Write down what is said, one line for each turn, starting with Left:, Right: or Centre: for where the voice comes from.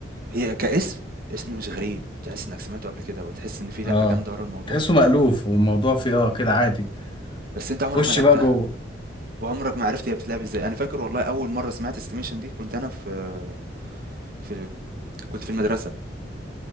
Right: هي كاسم اسم مش غريب تحس انك سمعته قبل كده وتحس ان في لعبه
Left: اه
Right: جامده ورا الموضوع
Left: تحسه مألوف والموضوع فيه اه كده عادي
Right: بس انت عمرك
Left: خش
Right: ما لعبتها
Left: بقى جوه
Right: وعمرك ما عرفت هي بتتلعب ازاي انا فاكر والله اول مره سمعت استيميشن دي كنت انا في في كنت في المدرسه